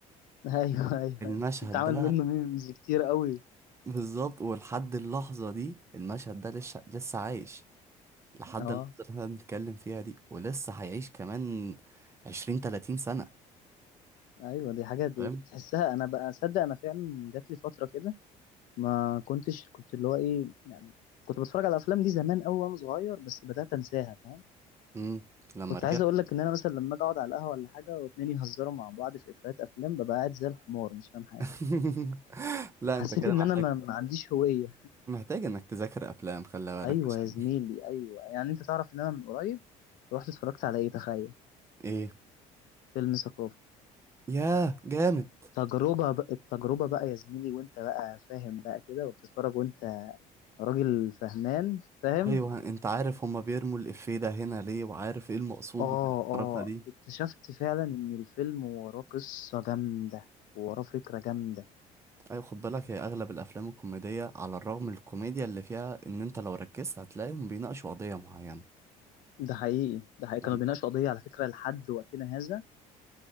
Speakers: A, on the left; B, on the right.
A: <laughs> ايوه ايوه
B: المشهد
A: ايوه اتعمل
B: ده
A: منه ميمز كتير قوي
B: بالظبط ولحد اللحظة دي المشهد ده لسه لسه عايش لحد
A: اه
B: اللحظة اللي احنا بنتكلم فيها دي ولسه هيعيش كمان عشرين تلاتين سنة
A: ايوه دي حاجه دي
B: فاهم؟
A: تحسها انا بقى اصدق انا فعلا جات لي فتره كده ما كنتش كنت اللي هو ايه يعني كنت بتفرج على الافلام دي زمان قوي وانا صغير بس بدات انساها فاهم
B: مم. لما
A: كنت
B: رجعت
A: عايز اقول لك ان انا مثلا لما اجي اقعد على القهوه ولا حاجه واتنين يهزروا مع بعض في افيهات افلام ببقى قاعد زي الحمار مش فاهم حاجه
B: <laughs> لا
A: حسيت
B: انت كده
A: ان
B: محتاج
A: انا ما, ما عنديش هويه
B: محتاج انك تذاكر افلام خلي
A: ايوه
B: بالك عشان
A: يا زميلي ايوه يعني انت تعرف ان انا من قريب رحت اتفرجت على ايه تخيل
B: <laughs> ايه
A: فيلم ثقافي
B: ياه جامد
A: تجربه بقى التجربه بقى يا زميلي وانت بقى فاهم بقى كده وبتتفرج وانت راجل فهمان فاهم
B: ايوه انت عارف هما بيرموا الافيه ده هنا ليه وعارف ايه المقصود
A: اه
B: من الحركه
A: اه
B: دي
A: اكتشفت فعلا ان الفيلم وراه قصه جامده وراه فكره جامده
B: ايوه خد بالك هي اغلب الافلام الكوميديه على الرغم من الكوميديا اللي فيها ان انت لو ركزت هتلاقيهم بيناقشوا قضيه معينه
A: ده حقيقي ده حقيقي كانوا
B: يعني
A: بيناقشوا قضيه على فكره لحد وقتنا هذا